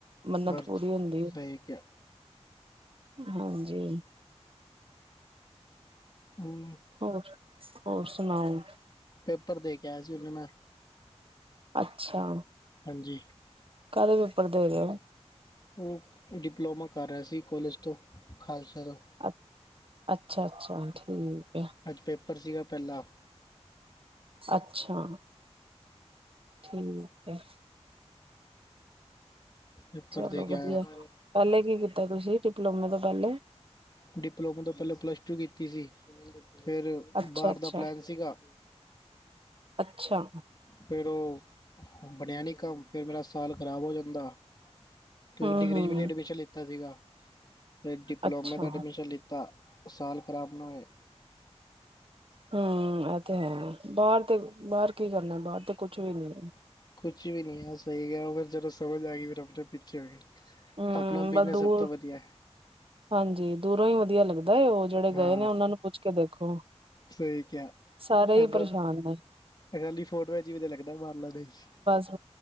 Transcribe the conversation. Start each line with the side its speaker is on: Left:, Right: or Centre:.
Right: ਮੰਨਤ
Left: ਹਰ
Right: ਪੂਰੀ
Left: ਚੀਜ਼
Right: ਹੁੰਦੀ ਹੈ
Left: ਸਹੀ ਕਿਹਾ
Right: ਹਾਂਜੀ
Left: ਹਾ <unintelligible>
Right: ਹੋਰ ਹੋਰ ਸੁਣਾਓ?
Left: ਪੇਪਰ ਦੇ ਕੇ ਆਇਆ ਸੀ ਹੁਣੇ ਮੈਂ।
Right: ਅੱਛਾ
Left: ਹਾਂਜੀ
Right: ਕਾਹਦੇ ਪੇਪਰ ਦੇ ਰਹੇ ਔ।
Left: ਉਹ ਡਿਪਲੋਮਾ ਕਰ ਰਿਹਾ ਸੀ, ਕੋਲਜ ਤੋਂ, ਖਾਲਸਾ ਤੋਂ
Right: ਅ ਅੱਛਾ ਅੱਛਾ ਠੀਕ ਐ
Left: ਅੱਜ ਪੇਪਰ ਸੀਗਾ ਪਹਿਲਾ
Right: ਅੱਛਾ ਠੀਕ ਹੈ
Left: ਪੇਪਰ
Right: ਚਲੋ
Left: ਦੇ ਕੇ
Right: ਵਧੀਆ,
Left: ਆਇਆ
Right: ਪਹਿਲੇ ਕੀ ਕੀਤਾ ਤੁਸੀਂ, ਡਿਪਲੋਮੇ ਤੋਂ ਪਹਿਲੇ
Left: ਡਿਪਲੋਮਾ ਤੋਂ ਪਹਿਲਾਂ ਪਲੱਸ ਟੂ ਕੀਤੀ ਸੀ, ਫਿਰ
Right: ਅੱਛਾ
Left: ਬਾਹਰ
Right: ਅੱਛਾ
Left: ਦਾ ਪਲੈਨ ਸੀਗਾ
Right: ਅੱਛਾ
Left: ਫੇਰ ਉਹ ਬਣਿਆ ਨੀ ਕੰਮ, ਫੇਰ ਮੇਰਾ ਸਾਲ ਖ਼ਰਾਬ ਹੋ ਜਾਂਦਾ ਕਿਉਂਕਿ
Right: ਹਮ
Left: ਡਿਗਰੀ
Right: ਹਮ
Left: ਚ ਵੀ ਨਹੀਂ ਅਡਮਿਸ਼ਨ ਲਿੱਤਾ ਸੀਗਾ, ਫਿਰ ਡਿਪਲੋਮੇ
Right: ਅੱਛਾ
Left: ਦਾ ਐਡਮਿਸ਼ਨ ਲਿੱਤਾ। ਉਸ ਸਾਲ ਖਰਾਬ ਨਾ ਹੋਏ।
Right: ਹੂ, ਇਹ ਤੇ ਹੈ, ਬਾਹਰ ਤੇ ਬਾਹਰ ਕੀ ਕਰਨਾ, ਬਾਹਰ ਤੇ ਕੁਛ ਵੀ ਨੀ।
Left: ਕੁਛ ਵੀ ਨਹੀਂ ਆ ਸਹੀ ਗਿਆ ਫਿਰ ਜਦੋਂ ਸਮਝ ਆ ਗਈ, ਫਿਰ ਡਾਕਟਰ ਪਿੱਛੇ ਹੋ ਗਏ
Right: ਹਮ
Left: ਆਪਣਾ ਬਿਜਨਸ
Right: ਬਸ ਦੂਰ
Left: ਸਭ ਤੋਂ, ਵਧੀਆ
Right: ਹਾਂਜੀ, ਦੂਰੋਂ ਹੀ ਵਧੀਆ ਲੱਗਦਾ, ਉਹ ਜਿਹੜੇ
Left: ਹਾਂ
Right: ਗਏ ਨੇ ਉਹਨਾਂ ਨੂੰ, ਪੁੱਛ ਕੇ ਦੇਖੋ
Left: ਸਹੀ ਕਿਆ
Right: ਸਾਰੇ ਹੀ
Left: ਅ
Right: ਪਰੇਸ਼ਾਨ ਨੇ
Left: ਇਹਨਾਂ ਦੀ ਫੋਟ ਚ ਅਜੀਬ ਜਯਾ ਲੱਗਦਾ, ਬਾਰਲਾ ਦੇਸ਼
Right: ਬਸ